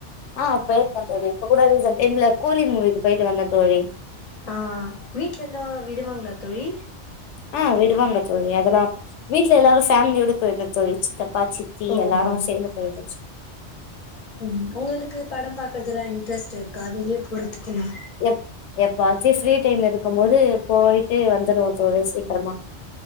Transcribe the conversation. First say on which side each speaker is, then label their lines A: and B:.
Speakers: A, on the left; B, on the left.
A: ஆ போயிருக்கே தோழி இப்ப கூட ரீசன்ட் டைம்ல கூலி மூவிக்கு போயிட்டு வந்தே தோழி
B: ஆ வீட்ல எல்லாம் விடுவாங்களா தோழி
A: ஆ விடுவாங்க தோழி அதெல்லா வீட்ல எல்லாரு ஃபேமிலியோட போயிருந்தோ தோழி சித்தப்பா சித்தி
B: ஓஹோ
A: எல்லாரு சேர்ந்து போயிருந்துச்சு
B: ம் உங்களுக்கு படம் பாக்குறது எல்லாம் இன்ட்ரெஸ்ட் இருக்கா வெளியே போறதுக்கெல்லா
A: எப் எப்பாச்சு ஃப்ரீ டைம் இருக்கும் போது போயிட்டு வந்துடுவோ தோழி சீக்கிரமா